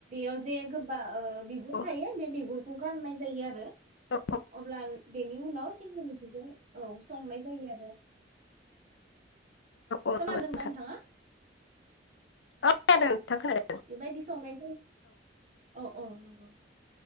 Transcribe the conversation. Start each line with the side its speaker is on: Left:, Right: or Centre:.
Right: जे गोबा ओ बिगुर
Left: औ
Right: थायो बे बिगुर खौ गारनाय जायो आरो,
Left: औ
Right: अब्ला बेनि उनाव सिंग्रिमिखिजों औ संनाय जायो आरो
Left: औ नंगौ
Right: खोनादोंना
Left: नोंथां
Right: नोंथाङा?
Left: औ <unintelligible> थ
Right: बेबायदि संनाय जायो औ औ उम